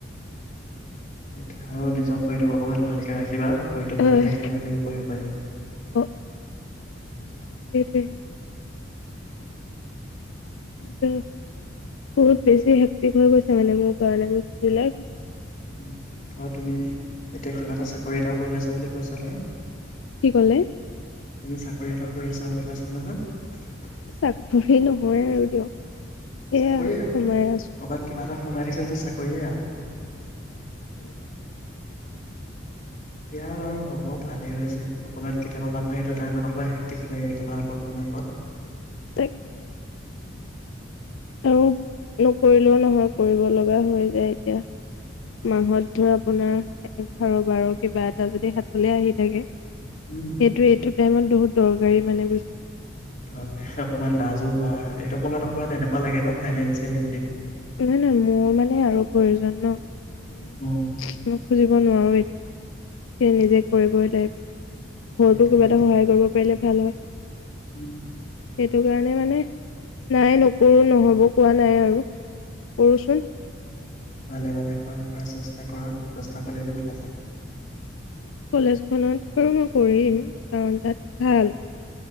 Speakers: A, on the left (about 45°); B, on the left (about 80°).
A: সেইটোৱে আৰু নিজৰ শৰীৰটোক অকনমান ভালকে ৰাখিবা। শৰীলটো ভালে
B: অ
A: থাকিলে ভালকে পঢ়িব পাৰিবা
B: অ সেইটোৱে। বহুত বহুত বেছি শক্তি হৈ গৈছে মানে মোৰ কাৰণে বস্তু বিলাক
A: উম আৰু তুমি এতিয়া কিবা এটা চাকৰি এটাও কৰি আছা বুলি কৈছা নহয়
B: কি কলে
A: তুমি চাকৰি এটা কৰি আছা বুলি কৈছা হয় নহয়।
B: চাকৰি নহয় আৰু দিয়ক সেয়াই
A: চাকৰিয়ে আৰু
B: সোমাই আছো
A: কৰ'বাত কিবা এটা সোমাই থাকি সেইটো চাকৰিয়ে আৰু
B: উম
A: এতিয়া বাৰু হ'ব ভালেই হৈছে অকমান কেতিয়াবা মানুহে এইটো টাইমত অকমান হেিক হৈ য তোমালোকৰ সময়
B: থাকে আৰু নকৰিলেও নহয় কৰিব লগা হৈ যায় এতিয়া মাহত ধৰ আপোনাৰ এঘাৰ বাৰ কিবা এটা যদি হাতলে আহি থাকে সেইটো
A: উম
B: এইটো টাইমত বহুত দৰকাৰী মানে বুজছ আ
A: ধকে অকমান লাজো হোৱা এইটো সময়ত অকমান এনেকুৱা লাগে নাই
B: নাই নাই মোৰ মানে আৰু প্ৰয়োজন ন মানে
A: উম
B: মই খুজিব নোৱাৰো য়া সেই নিজে কৰিবই লাগিব ঘৰতো
A: সেইটোৱে
B: কিবা
A: সেইটোৱে
B: এটা সহায় কৰিব পাৰিলে ভাল হয়
A: উম হম
B: সেইটো কাৰণে মানে নাই নকৰো নহ'ব কোৱা নাই আৰু কৰোচোন
A: ভালে ভালে পৰা চেষ্টা কৰা ৰাস্তা কলৈ দিব
B: কলেজখনত বাৰু মই কৰিম কাৰণ তাত ভাল